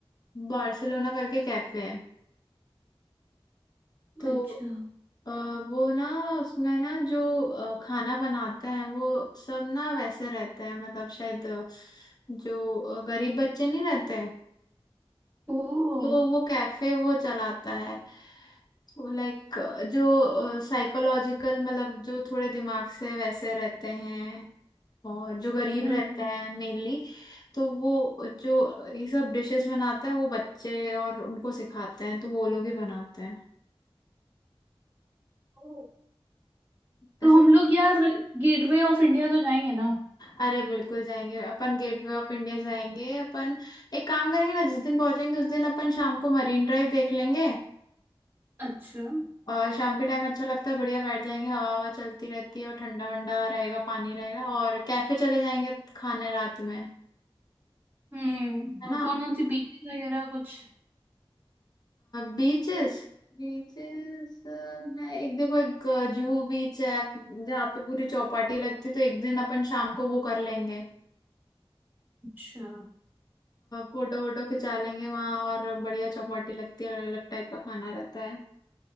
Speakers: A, on the left (about 45°); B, on the right (about 20°).
A: बार्सिलोना करके कैफे है तो
B: अच्छा
A: अ, वो ना उसमें ना जो अ, खाना बनाते हैं वो सब ना वैसे रहते हैं मतलब शायद अ, जो अ, गरीब बच्चे नहीं रहते
B: ओह
A: तो वो कैफे वो चलाता है तो लाइक जो साइकोलॉजिकल मतलब जो थोड़े दिमाग से वैसे रहते हैं और जो गरीब
B: हम्म
A: रहते हैं मेनली तो वो जो ये सब डिशेस बनाते हैं वो बच्चे और उनको सिखाते हैं तो वो लोग ही बनाते हैं
B: ओ। तो
A: ऐसे
B: हम लोग यार गेटवे ऑफ इंडिया तो जाएंगे ना
A: अरे बिल्कुल जाएंगे अपन गेटवे ऑफ इंडिया जाएंगे अपन एक काम करेंगे ना जिस दिन पहुंचेंगे उस दिन अपन शाम को मरीन ड्राइव देख लेंगे
B: अच्छा
A: और शाम के टाइम अच्छा लगता है बढ़िया बैठ जाएंगे हवा हवा चलती रहती है और ठंडा वंडा रहेगा पानी रहेगा और कैफे चले जाएंगे खाने रात में
B: हम्म
A: है
B: और
A: ना
B: कौन कौन सी बीचेस वगैरह कुछ
A: बीचेस बीचेस है एक देखो एक जूहू बीच है जहाँ पे पूरी चौपाटी लगती है तो एक दिन अपन शाम को वो कर लेंगे
B: अच्छा
A: फोटो वोटो खिंचा लेंगे वहां और बढ़िया चौपाटी लगती है अलग अलग टाइप का खाना रहता है